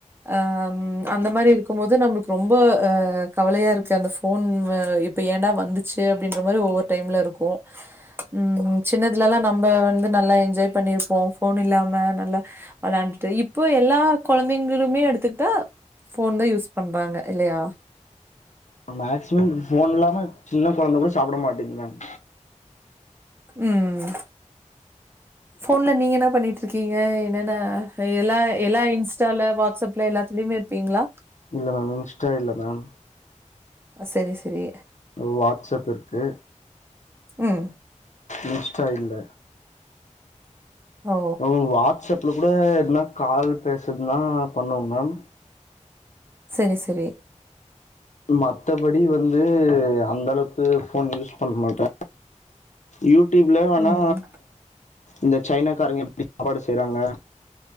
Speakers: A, on the right (about 15°); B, on the left (about 65°).
A: அ அந்த மாறி இருக்கும் போது நம்மளுக்கு ரொம்ப அ கவலையா இருக்கு அந்த ஃபோன் அ இப்ப ஏன்டா வந்துச்சு அப்டின்ற மாறி ஒவ்வொரு டைம்ல இருக்கு ம் ம் சின்னதுலலா நம்ப வந்து நல்லா என்ஜாய் பண்ணியிருப்போ ஃபோன் இல்லாம நல்ல விளாண்டுட்டு இப்போ எல்லா கொழந் தைகளுமே எடுத்துகிட்டா ஃபோன் தா யூஸ் பண்றாங்க இல்லையா
B: மேக்சிமம் ஃபோன் இல்லாம சின்ன கொழந்த கூட சாப்பிட மாட்டுங்குது மேம்
A: ம் ஃபோன்ல நீங்க என்ன பண்ணிட் இருக்கீங்க என்னென்ன எல்லா எல்லா இன்ஸ் டால வாட்ஸ்அப்ல எல்லாத்துலுயுமே இருப்பீங்களா
B: இல்ல மேம் இன்ஸ்டா இல்ல மேம்
A: அ சேரி சேரி
B: வாட்ஸ்அப் இருக்கு
A: ம்
B: இன்ஸ்டா இல்ல
A: ஓ
B: ம் வாட்ஸ்அப்ல கூட எதுனா கால் பேசறதுன்னா பண்ணுவ மேம்
A: சரி சரி
B: மத்தபடி வந்து அந்த அளவுக்கு ஃபோன் யூஸ் பண்ண மாட்ட யூட்டியூப்ல வேணா
A: ம்
B: இந்த சைனாக்காரங்க எப்டி சாப்பாடு செய்றாங்க